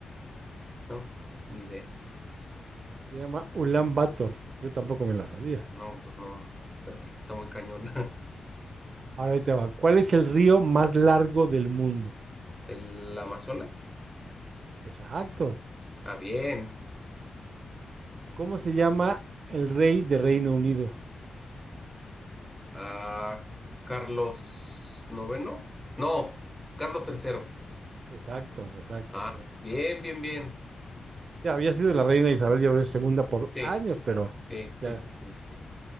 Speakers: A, in the centre; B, on the right.
A: No, ni idea.
B: Se llama Ulan Bator. Yo tampoco me la sabía.
A: No, pues no. Es- Está muy cañón. <laughs>
B: Ahora ahí te va. ¿Cuál es el río más largo del mundo?
A: ¿El Amazonas?
B: Exacto.
A: Ah, bien.
B: ¿Cómo se llama el rey de Reino Unido?
A: Ah, Carlos noveno. No, Carlos tercero.
B: Exacto, exacto,
A: Ah,
B: exacto.
A: bien, bien, bien.
B: Ya había sido la reina Isabel ya ves, segunda por
A: Sí,
B: años, pero
A: sí, sí,
B: ya.
A: sí, sí. sí.